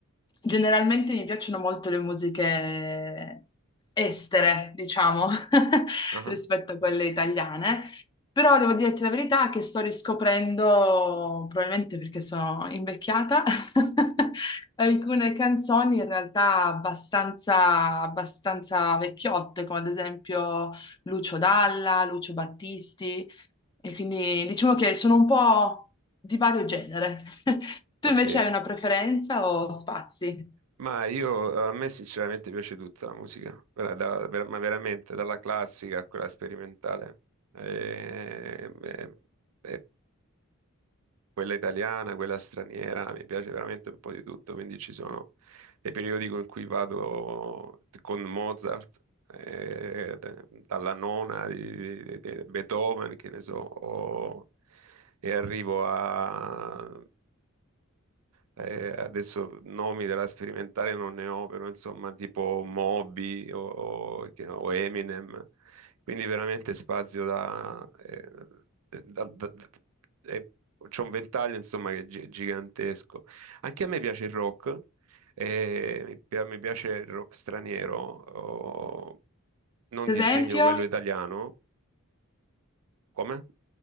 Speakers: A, on the left; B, on the right.
A: Generalmente mi piacciono molto le musiche estere, diciamo, <laughs>
B: Ah,
A: rispetto a quelle italiane. Però devo dirti la verità che sto riscoprendo, probabilmente perché sono invecchiata, <laughs> alcune canzoni in realtà abbastanza, abbastanza vecchiotte, come ad esempio. Lucio Dalla, Lucio Battisti, e quindi diciamo che sono un po' di vario genere. <laughs>
B: ok.
A: Tu invece hai una preferenza o spazi?
B: Ma io, a me sinceramente piace tutta la musica, Vera- da- ver- ma veramente, dalla classica a quella sperimentale. Eh, eh, eh, quella italiana, quella straniera, mi piace veramente un po' di tutto, quindi ci sono dei periodi in cui vado con Mozart, eh, d- dalla nona di, di- di Beethoven, che ne so, o- e arrivo a eh, adesso nomi della sperimentale non ne ho, però insomma tipo Moby o, o- che- o Eminem, quindi veramente spazio da... eh, da- da- da- eh, c'è un ventaglio insomma che è gi- gigantesco. Anche a me piace il rock, eh, mi, pia- mi piace il rock straniero, oh, non
A: Ad
B: disdegno
A: esempio,
B: quello italiano, come?